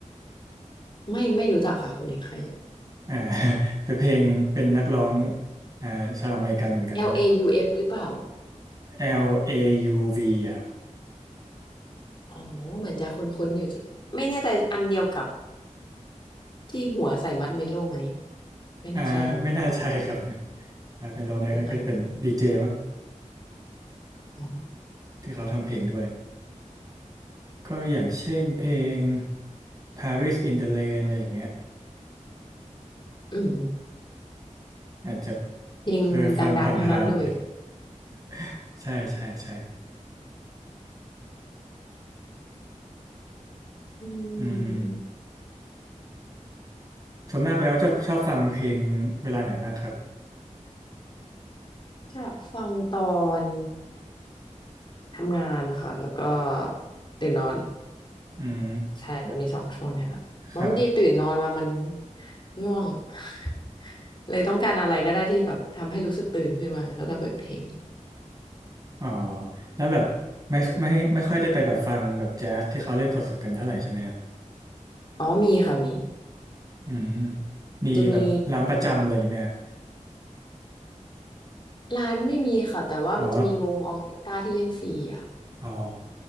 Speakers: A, on the left; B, on the right.
A: ไม่ไม่รู้จักค่ะคนนี้ใครอะ
B: อ่า <laughs> เป็นเพลงเป็นนักร้องอ่าชาวอเมริกันเหมือนกันนี่แหละ
A: L A U F หรือเปล่า
B: L A U V อยูวีอะครับ
A: อ๋อ เหมือนจะคุ้นๆอยู่จิไม่แน่ใจอันเดียวกับที่หัวใส่มัดเมโล่ไหม ไม่น่าใช่
B: อ่าไม่น่าใช่ครับ <laughs> อ่าเป็นโลนะก็จะเป็นดีเจมั้ง
A: หรืออันอ๋อ
B: ที่เขาทำเพลงด้วยก็อย่างเช่นเพลง Paris in the Rain อะไรอย่างเงี้ย
A: อืม
B: อาจจะ
A: เพลงดังๆ
B: เคยฟังผ่าน
A: ทั้งนั้นเลย
B: ๆ <laughs> ใช่ใช่ใช่
A: อื
B: อืม
A: ม
B: ส่วนมากแล้วจะชอบฟังเพลงเวลาไหนบ้างครับ
A: ชะฟังตอนทำงานค่ะ แล้วก็ตื่นนอน
B: อืม
A: ใช่
B: แล้ว
A: จะมีสองช่วงเนี่ยแหละมันบางทีตื่นนอนมามัน
B: ครับ
A: ง่วง <laughs> เลยต้องการอะไรก็ได้ที่แบบทำให้รู้สึกตื่นขึ้นมาก็จะเปิดเพลง
B: อ๋อแล้วแบบไม่ไม่ไม่ค่อยได้ไปแบบฟังแบบแจ๊สที่เขาเล่นสดๆกันเท่าไหร่ใช่ไหมครับ
A: อ๋อมีค่ะมี
B: อืมมีแบบร้านประจำอะไรอย่างไหมครับ
A: จะมี ร้านไม่มีค่ะแต่ว่ามันจะมีวงออร์เคสตราที่เล่นฟรีอ่ะ
B: อ๋ออ๋อ